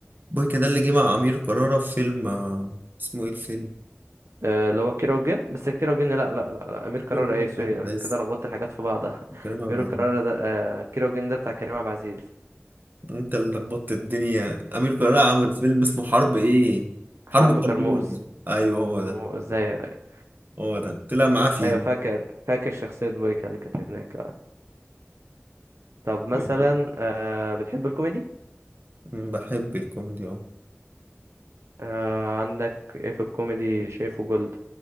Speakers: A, on the right; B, on the right.
A: بويكا ده اللي جه مع امير كرارة في فيلم آه، اسمه ايه الفيلم
B: آه، اللي هو كيرة والجن بس كيرة والجن لا لا لا, لا امير
A: فاكره
B: كرارة
A: الجنة
B: ايه
A: بتاع
B: سوري
A: احمد
B: انا
A: عز
B: كده لخبطت الحاجات في بعضها <laughs>
A: كريم عبد
B: امير
A: العزيز
B: كرارة ده آه، كيرة والجن ده بتاع كريم عبد العزيز
A: انت اللي لخبطت الدنيا امير كرارة عمل فيلم اسمه حرب ايه
B: حرب
A: حرب كرموز
B: كرموز
A: ايوه هو
B: كرموز
A: ده
B: ايوه
A: هو ده طلع معاه فيه
B: ايوه فاكر فاكر شخصية بويكا اللي كانت هناك آه. طب مثلا
A: جميل.
B: آه، بتحب الكوميدي
A: م، بحب الكوميدي اه
B: آه، عندك ايه في الكوميدي شايفه جولد